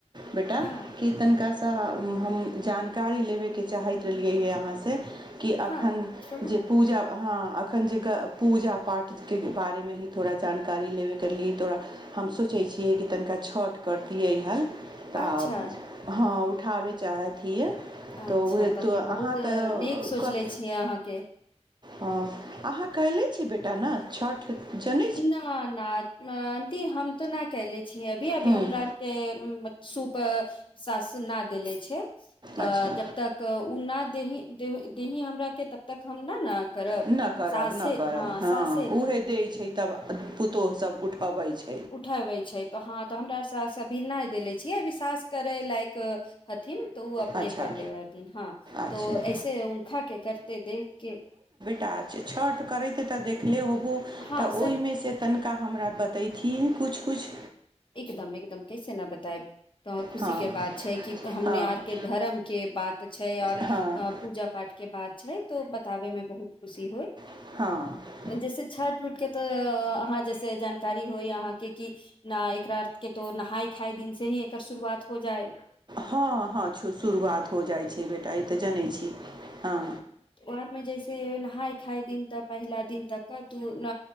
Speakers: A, on the right; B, on the left.
A: बेटा
B: हँ
A: कि तनिका सँ हम जानकारी लेबै के चाहित रह लेलिए अहाँ से की अखन
B: हँ कहू
A: जे
B: ने
A: पूजा है अखन जकह पूजा पाठ के बारे मे ही थोड़ा जानकारी लेबे करली थोड़ हम सोचै छियै कि तनिका छठि करतियै ह तऽ
B: अच्छा
A: हँ उठाबै चाहैत हियै
B: अच्छा
A: तऽ उए
B: तब
A: हा
B: तऽ बहुत
A: तऽ
B: नीक सोचले छियै अहाँके
A: ह अहाँ कले छी बेटा न छ जन
B: न न आंटी हम तो न कले छीयै अभी अभी
A: ह्म
B: हमराआर के सूप साास न देले छै तऽ
A: अच्छा
B: जबतक तऽ ओ नहि देही देही हमराके तब तक हम नहि न करब
A: न करब
B: सासे
A: नहि करब हँ
B: सासे दिय
A: उहे दै छै तब पुतोहु सभ उठबैत छ
B: उठबै छै तऽ हँ तऽ हमरा अर सास अभी नहि देले छियै अभी सास करय लाय हथिन तऽ ओ अपने
A: अच्छा
B: कर लेबै हथिन हँ
A: अच्छा
B: तो ऐसे उनका के करते देख क
A: टा छठ करै तऽ देखले होबौ
B: हँ
A: तऽ
B: सब
A: ओहिमे से तनिका हमरा बतेतिै किछ किछ
B: एकदम एकदम कैसे न बता तऽ खुशी
A: हँ
B: के बात छै कि हमने
A: हँ
B: आर के धर्म के बात छै आ ओ
A: हँ हँ
B: अ पूजा पाठ के बात छै तऽ बताबे मे बहुत खुशी हो
A: ह
B: जैसे छठ उठ के तऽ अहाँ जैसे जानकारी होइ अहाँ के कि न एकर के तो नहाय खाय दिन से ही एकर शुरुआत हो जाए
A: हँ हँ शुरुआत हो जाइ छै बेटा ई तऽ जनैत छी हँ
B: ओर मे जइसे नहाय खाय दिन तऽ पहिला दिन तऽ कद्द